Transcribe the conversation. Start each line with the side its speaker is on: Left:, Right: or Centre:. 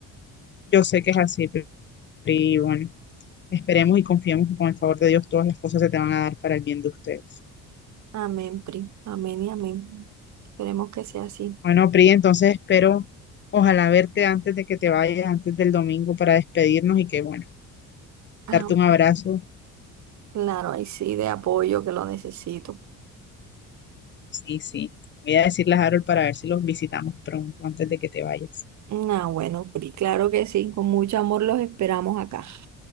Left: Yo sé que es así, pero y bueno, esperemos y confiemos que con el favor de Dios todas las cosas se te van a dar para el bien de ustedes.
Right: Amén, Pri. Amén y amén. Esperemos que sea así.
Left: Bueno, Pri, entonces espero, ojalá verte antes de que te vayas, antes del domingo para despedirnos y que, bueno,
Right: Ah,
Left: darte un abrazo.
Right: claro, ahí sí, de apoyo que lo necesito.
Left: Sí, sí. Voy a decirle a Harold para ver si los visitamos pronto antes de que te vayas.
Right: Ah, bueno, Pri, claro que sí. Con mucho amor los esperamos acá.